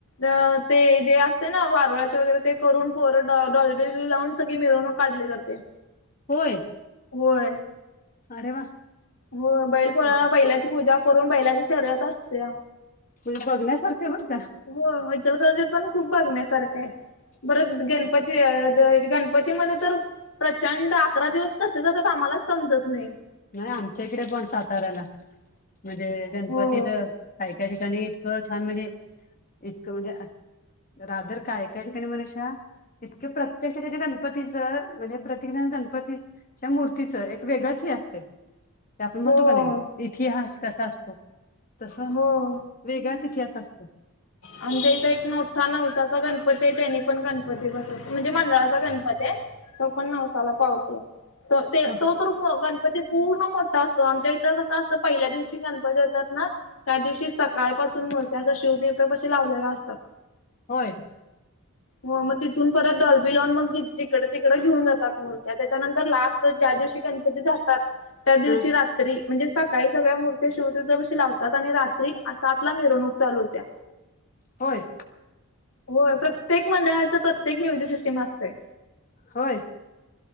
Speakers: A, on the left; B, on the left.
A: अ ते जे असते ना वारुळाचे वगैरे ते करून पोर डॉल बिल लावून सगळी मिरवणूक काढली जाते.
B: होय.
A: होय.
B: अरे वा.
A: हो बैल पोळा
B: म्हणजे
A: बैलाची पूजा करून बैलाची शर्यत अस्तिया.
B: ते बघण्यासारखे बर का.
A: हो इचलकरंजी पण खूप बघण्यासारखं आहे. बर गणपती गणपतीमध्ये तर प्रचंड अकरा दिवस कसे जातात आम्हालाच समजत नाही.
B: नाही आमच्या इकडे पण साताऱ्याला म्हणजे गणपती
A: हो
B: तर काही-काही ठिकाणी इतकं छान म्हणजे इतकं म्हणजे राधर काय ऐका ठिकाणी का मनीषा इतके प्रत्येक ठिकाणी गणपतीचं म्हणजे प्रत्येकजण गणपतीच च्या मूर्तीचं एक वेगळच हे असत ते आपण म्हणतो
A: हो
B: का नाही इतिहास कसा असतो तस
A: हो
B: वेगळाच इतिहास असतोय.
A: आमच्या इथं एक नट नवसाचा गणपती आहे त्यानी पण गणपती बसत म्हणजे मंडळाचा गणपत आहे. तो पण नवसाला पावतो ते
B: हो
A: तोच तर गणपती पूर्ण मोठा असतो आमच्या इथं कसं असतं पहिल्या दिवशी गणपती येतात ना त्या दिवशी सकाळपासून मुर्त्या असा शिवतीर्थ पशी लावलेल्या असतात.
B: होय.
A: हो मग तिथून परत डॉलबि लाऊन मग जिकडे तिकडं घेऊन जातात मूर्त्या त्याच्यानंतर लास्ट ज्या दिवशी गण जातात. त्या
B: हा
A: दिवशी रात्री म्हणजे सात काही सगळ्या मूर्त्या शिवतीर्थपाशी लावतात आणि रात्री सात ला मिरवणूक चालू होत्या.
B: होय?
A: हो. प्रत्येक मंडळाचं प्रत्येक म्युझिक सिस्टम असतंय
B: होय?